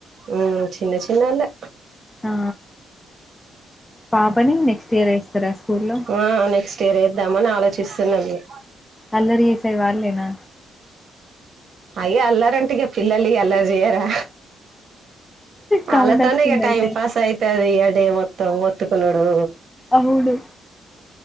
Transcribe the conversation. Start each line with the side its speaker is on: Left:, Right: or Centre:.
Right: మ్ చిన్న చినోళ్ళే
Left: ఆ పాపని నెక్స్ట్ ఇయర్ వేస్తారా స్కూల్లో
Right: ఆ నెక్స్ తెరేద్దాం అని ఆలోచిస్తున్నమం ఇగ
Left: అల్లరి ఏసేది వాల్లేనా
Right: అయ్య అల్లరంటే ఇగా పిల్లలిగ అల్లరి చెయ్యరా
Left: సౌండ్
Right: ఆళ్ల తోనే
Left: వస్తుంది
Right: ఇగ టైమ్
Left: అయితే
Right: పాస్ అయితది ఇగ డే మొత్ త్తం మొత్తుకునుడు
Left: అవును